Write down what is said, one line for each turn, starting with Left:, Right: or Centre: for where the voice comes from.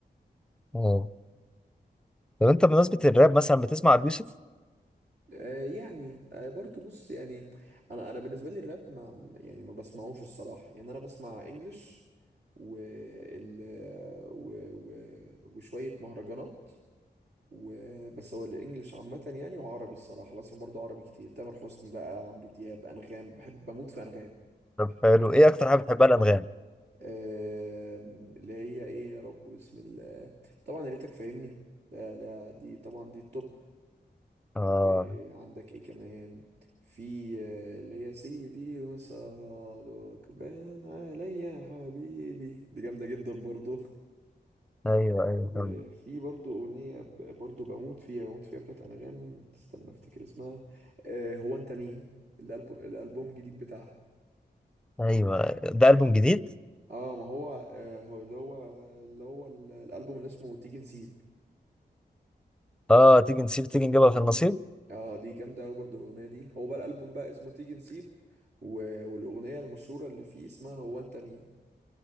Centre: اه طب انت بمناسبه الراب مثلا بتسمع ابو يوسف
Right: آه، يعني آه، برضو بص يعني انا انا بالنسبه لي الراب ما يعني ما بسمعوش الصراحه يعني انا بسمع انجلش و ال و و وشويه مهرجانات وبس هو الانجليش عامه يعني وعربي الصراحه بسمع برضو عربي كتير تامر حسني بقى عمرو دياب انغام بحب بموت في انغام
Centre: طب
Right: بحب
Centre: حلو
Right: انغام جدا
Centre: ايه اكتر حاجه بتحبها الانغام
Right: آم، اللي هي ايه يا رب بسم الله طبعا يا ريتك فاهمني لا لا دي طبعا دي التوب
Centre: اه
Right: إيه، عندك ايه كمان في آه، اللي هي سيدي وصالوك بان عليا يا حبيبي دي جامدة جدا برضو
Centre: ايوه ايوه
Right: وفي
Centre: جامد.
Right: برضو أغنية ب- برضو بموت فيها بموت فيها بتاعت أنغام استنى أفتكر اسمها آه هو أنت مين الألب- الألبوم الجديد بتاعها
Centre: ايوه ده البوم جديد
Right: اه ما هو آه هو اللي هو اللي هو ال- الألبوم اللي اسمه تيجي نسيب
Centre: اه تيجي نسيب تيجي نجيبها في النصيب
Right: اه دي جامدة أوي برضه الأغنية دي هو بقى الألبوم بقى اسمه تيجي نسيب و- والأغنية المشهورة اللي فيه اسمها هو أنت مين